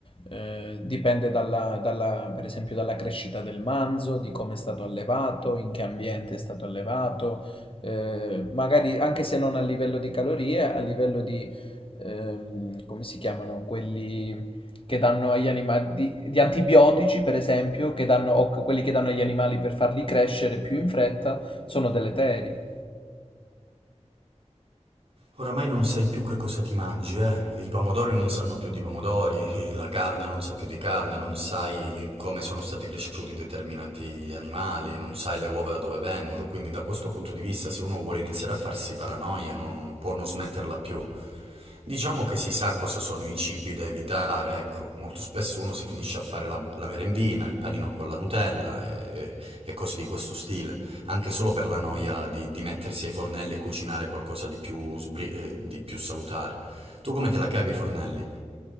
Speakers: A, on the left; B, on the right.
A: Eh, dipende dalla, dalla- per esempio dalla crescita del manzo, di come è stato allevato, in che ambiente è stato allevato, eh, magari anche se non a livello di calorie, a livello di, ehm, come si chiamano quelli che danno agli animali, di, di antibiotici per esempio, che danno, o quelli che danno agli animali per farli crescere più in fretta, sono deleteri.
B: Oramai non sai più che cosa ti mangi, eh? I pomodori non sanno più di pomodori, la carne non sa più di carne, non sai come sono stati cresciuti determinati animali, non sai le uova da dove vengono, quindi da questo punto di vista se uno vuole iniziare a farsi paranoie non può non smetterla più. Diciamo che si sa cosa sono i cibi da evitare, ecco, molto spesso uno si finisce a fare la, la merendina, il panino con la Nutella e, e cose di questo stile, anche solo per la noia di, di mettersi ai fornelli e cucinare qualcosa di più, sbri- eh, di più salutare. Tu come te la cavi ai fornelli?